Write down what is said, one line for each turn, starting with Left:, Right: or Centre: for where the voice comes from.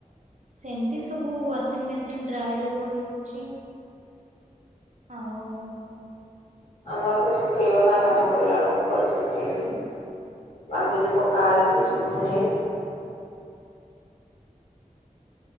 Right: ସେମିତି ସବୁ ୱାସିଂ ମେସିନ ଡ୍ରାଏ ରେ ପଡୁଛି। <unintelligible>
Left: ଆମର ତ ଶୁଖେଇବା ପାଇଁ ଭାରି ହଇରାଣ ଉପରେ ସବୁ ନେଇକି। ବାନ୍ଧିକି ପକା ହେଇଚି ଶୁଖୁନି।